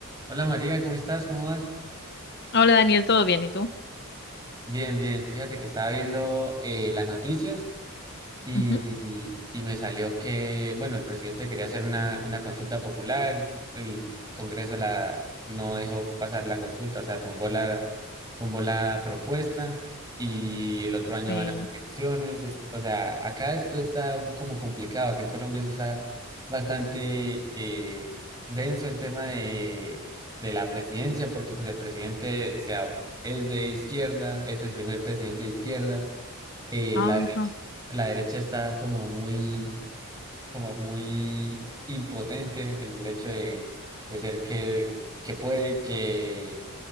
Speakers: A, on the right (about 15°); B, on the left (about 50°).
A: Hola María, ¿cómo estás? ¿Cómo vas?
B: Hola Daniel, ¿todo bien? ¿Y tú?
A: Bien, bien. Fíjate que estaba viendo eh, las noticias Y,
B: Ujú.
A: y me salió que, bueno, el presidente quería hacer una, una consulta popular, el Congreso la, no dejó pasar la consulta, o sea, tumbó la, tumbó la propuesta y el otro año
B: Sí.
A: van a elecciones. es- o sea, acá esto está como complicado, acá en Colombia eso está bastante eh, denso el tema de, de la presidencia, porque pues el presidente, o sea, es de izquierda, es el primer presidente de izquierda eh,
B: Ajá,
A: la derecha, la derecha está como muy, como muy impotente en el hecho de, de ser que, que puede que